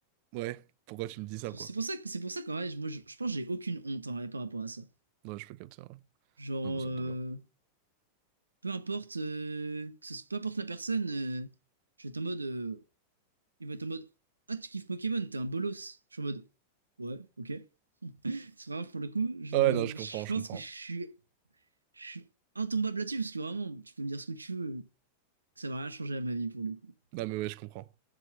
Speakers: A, on the right; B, on the right.
A: Ouais, pourquoi tu me dis ça,
B: C'est
A: quoi?
B: pour ça que c'est pour ça que ouais, moi je, je pense que j'ai aucune honte en vrai, par rapport à ça.
A: Ouais, je peux capter, ouais.
B: Genre
A: Non, mais ça
B: euh,
A: me tombe bien.
B: peu importe euh, que ce, peu importe la personne, euh, je vais être en mode euh, il va être en mode ah tu kiffes Pokémon, t'es un bolos. Je suis en mode ouais, OK. C'est vraiment pour le coup, je,
A: Ah Ouais, non, je
B: je
A: comprends, je
B: pense
A: comprends.
B: que je suis je suis intombable là-dessus parce que vraiment tu peux me dire ce que tu veux, que ça va rien changer à ma vie pour le coup.
A: Non, mais ouais, je comprends.